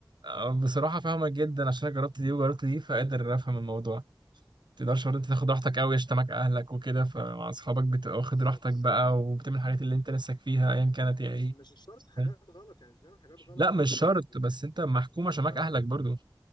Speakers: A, on the right (about 70°); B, on the left (about 70°).
A: آه، بصراحة فاهمك جدا عشان أنا جربت دي وجربت دي فقادر أفهم الموضوع تقدرش برضه انت تاخد راحتك قوي يشتمك اهلك وكده فمع اصحابك بتبقى
B: بالظبط
A: واخد راحتك بقى وبتعمل الحاجات اللي انت نفسك فيها ايا كانت هي ايه
B: مش شرط حاجات
A: فاهم؟
B: غلط يعني مش بنعمل حاجات غلط
A: لا
B: بس
A: مش
B: اللي
A: شرط
B: هو ب... ب-
A: بس انت محكوم عشان
B: اه
A: معاك اهلك برضه